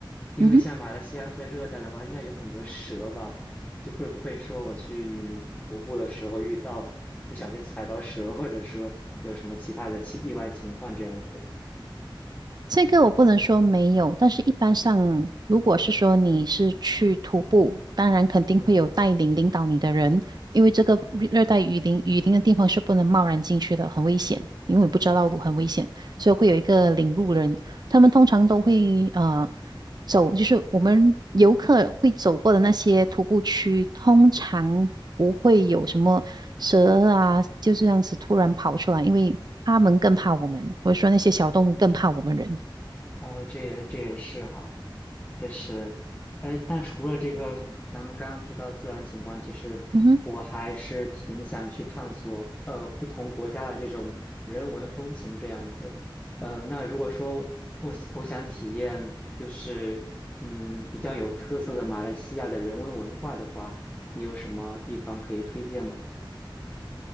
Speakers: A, on the left; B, on the right.
A: 因为像马来西亚在热带的话，
B: 嗯哼。
A: 应该有很多蛇吧？就会不会说我去雨林徒步的时候遇到不小心踩到蛇，或者说有什么其他的奇意外情况这样子？
B: 这个我不能说没有，但是一般上，如果是说你是去徒步，当然肯定会有带领领导你的人，
A: 嗯
B: 因为这个热带雨林，雨林的地方是不能贸然进去的，很危险，因为你不知道道路很危险，所以会有一个领路人，他们通常都会呃走，就是我们游客会走过的那些徒步区，通常不会有什么蛇啊，就这样子突然跑出来，因为他们更怕我们，我是说那些小动物更怕我们人。
A: 哦，这也这也是哈，确实，哎，但除了这个，咱们刚刚提到自然景观，其实我还是挺想去探索，
B: 嗯哼，
A: 呃，不同国家的这种人文风情这样子。呃，那如果说我想我想体验，就是嗯，比较有特色的马来西亚的人文文化的话，你有什么地方可以推荐吗？